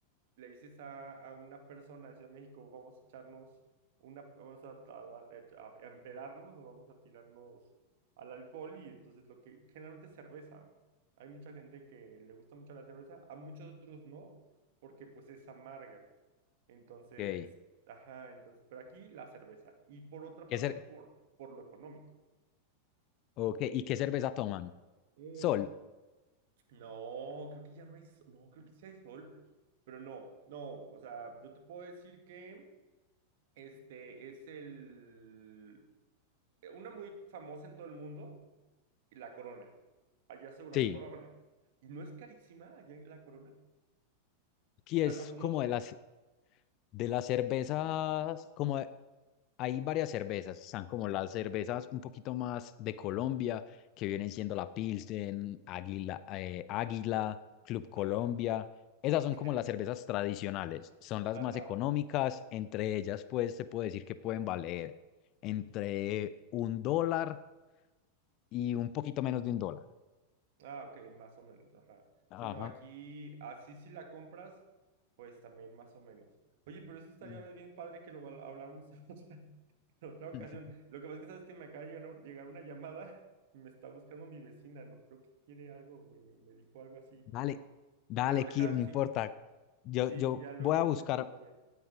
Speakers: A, on the right; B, on the left.
A: le dices a, a una persona de Ciudad de México, vamos a echarnos una, vamos a, a- a- eh, a empedarnos o vamos a tirarnos al alcohol y entonces lo que generalmente es cerveza. Hay mucha gente que le gusta mucho la cerveza, a muchos otros no, porque pues es amarga. Entonces,
B: Okay.
A: ajá, entonces, pero aquí la cerveza. Y por otra
B: ¿Qué
A: parte,
B: cer-
A: por, por lo económico.
B: ok, ¿Y qué cerveza toman?
A: Mm,
B: Sol.
A: No, creo que ya no hay, so- no, creo que sí hay sol, pero no, no, o sea, yo te puedo decir que Este es el una muy famosa en todo el mundo, la Corona. Allá seguro
B: Sí.
A: hay Corona. Y no es carísima allá en la Corona.
B: Aquí
A: O sea,
B: es
A: no,
B: como
A: no,
B: de las De las cervezas, como de- hay varias cervezas, están como las cervezas un poquito más de Colombia, que vienen siendo la Pilsen, Águila, eh, Águila, Club Colombia.
A: ajá,
B: Esas
A: ok,
B: son como las cervezas tradicionales, son las
A: ajá.
B: más económicas, entre ellas pues se puede decir que pueden valer entre un dólar y un poquito menos de un dólar.
A: Ah, ok, más o menos, ajá.
B: Ajá.
A: Sino aquí, así si la compras, pues también más o menos. Oye, pero eso estaría
B: Mm, mm.
A: bien padre que lo val- habláramos en otra, <laughs> en otra ocasión.
B: <laughs>
A: Lo que pasa es que sabes que me acaba de llegar llegar una llamada y me está buscando mi vecina, ¿no? Creo que quiere algo, me, me dijo algo así.
B: Dale, dale,
A: Pero deja,
B: Kir, no importa.
A: sí,
B: Yo,
A: sí,
B: yo
A: ya luego
B: voy a buscar
A: te cuento bien.